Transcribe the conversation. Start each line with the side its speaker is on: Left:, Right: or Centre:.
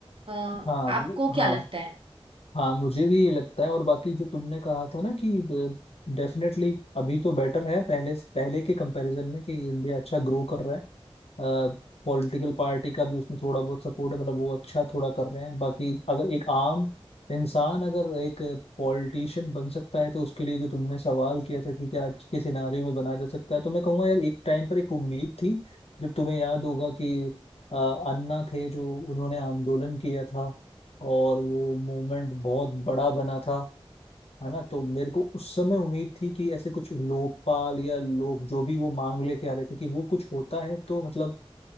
Right: आपको
Left: हाँ वो
Right: क्या
Left: हाँ
Right: लगता
Left: हाँ मुझे भी ये लगता है और बाकी जो तुमने कहा था ना कि डेफिनेटली अभी तो बेटर है पहले पहले के कंपैरिजन में कि इंडिया अच्छा ग्रो कर रहा है पॉलिटिकल पार्टी का भी उसमें थोड़ा बहुत सपोर्ट है मतलब वो अच्छा थोड़ा कर रहे हैं बाकी अगर एक आम इंसान अगर एक पॉलिटिशियन बन सकता है तो उसके लिए जो तुमने सवाल किया था कि क्या आज के सिनारियो में बना जा सकता है तो मैं कहूँगा यार एक टाइम पर एक उम्मीद थी जब तुम्हें याद होगा कि अ, अन्ना थे जो उन्होंने आंदोलन किया था और वो मोमेंट बहुत बड़ा बना था है ना तो मेरे को उस समय उम्मीद थी कि ऐसे कुछ लोकपाल या लोग जो भी वो मांग लेके आ रहे थे कि वो कुछ होता है तो मतलब